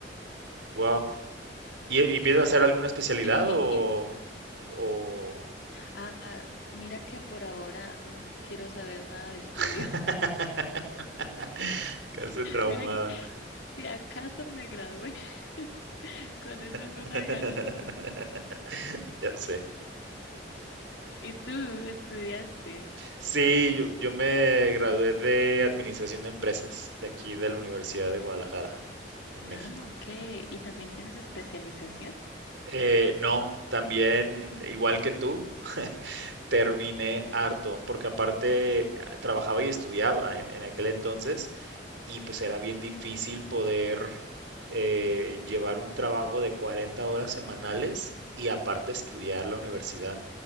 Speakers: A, on the right; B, on the left.
A: wow. ¿Y, y piensas hacer alguna especialidad
B: Y,
A: o,
B: y
A: o...
B: ah, mira que por ahora no quiero saber nada de estudios.
A: <laughs> Casi traumada.
B: Mira que si acaso me gradué, <laughs> con eso
A: <laughs>
B: es una ganancia.
A: Ya sé.
B: ¿Y tú estudiaste?
A: Sí, yo, yo me gradué de Administración de Empresas, de aquí de la Universidad de Guadalajara, en México.
B: Ah, ok. ¿Y también tienes especialización?
A: Eh, no, también, igual que tú, terminé harto, porque aparte ah, trabajaba y estudiaba en, en aquel entonces, y pues era bien difícil poder eh, llevar un trabajo de 40 horas semanales y aparte estudiar la universidad.